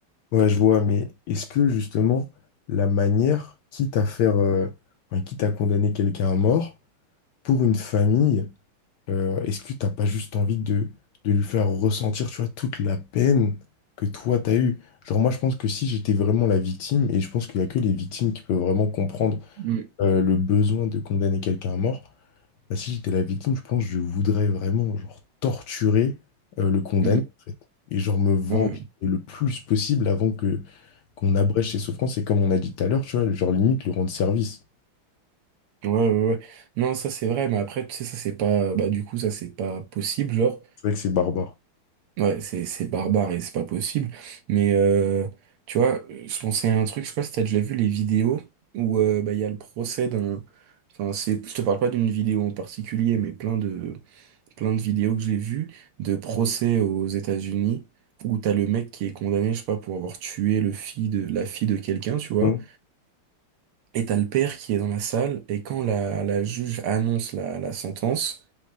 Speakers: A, on the left; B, on the right.
A: Ouais, je vois, mais est-ce que justement la manière, quitte à faire, euh, enfin, quitte à condamner quelqu'un à mort, pour une famille, Euh, est-ce que t'as pas juste envie de, de lui faire ressentir, tu vois, toute la peine que toi t'as eue? Genre moi je pense que si j'étais vraiment la victime, et je pense qu'il y a que les victimes qui peuvent vraiment comprendre
B: Mm,
A: euh, le besoin de condamner quelqu'un à mort, bah, si j'étais la victime, je pense que je voudrais vraiment genre torturer euh, le condamné
B: mm.
A: en fait. Et genre me venger
B: Ouais,
A: le plus possible avant que qu'on abrège ses souffrances. Et comme on a dit tout à l'heure, tu vois, genre limite lui rendre service.
B: ouais, ouais, ouais. Non, ça c'est vrai, mais après, tu sais, ça c'est pas, bah, du coup, ça c'est pas possible, genre.
A: C'est vrai que c'est barbare.
B: Ouais, c'est c'est barbare et c'est pas possible. Mais euh, tu vois, je pensais à un truc, je sais pas si t'as déjà vu les vidéos où euh, bah, il y a le procès d'un. Enfin, c'est, je te parle pas d'une vidéo en particulier, mais plein de, plein de vidéos que j'ai vues de procès aux États-Unis où t'as le mec qui est condamné, je sais pas, pour avoir tué le fille de, la fille de quelqu'un, tu vois.
A: Mmh.
B: Et t'as le père qui est dans la salle et quand la, la juge annonce la, la sentence,